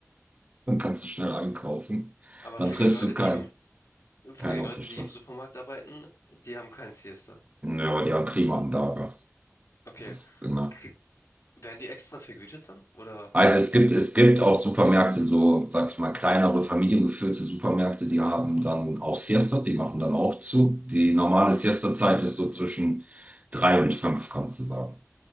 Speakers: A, on the right; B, on the left.
A: Dann kannst du schnell einkaufen.
B: Aber
A: Dann
B: für
A: triffst
B: die Leute,
A: du keinen,
B: die im, für
A: keinen
B: die
A: auf
B: Leute,
A: der Straße.
B: die im Supermarkt arbeiten, die haben kein Siesta.
A: Ja, aber die haben Klimaanlage.
B: Okay.
A: Das, genau.
B: Krieg, werden die extra vergütet dann? Oder
A: Also
B: ist
A: es
B: es
A: gibt,
B: nicht
A: es
B: so?
A: gibt auch Supermärkte, so, sag ich mal, kleinere, familiengeführte Supermärkte, die haben dann auch Siesta, die machen dann auch zu. Die normale
B: Mhm.
A: Siesta-Zeit ist so zwischen drei und fünf, kannst du sagen.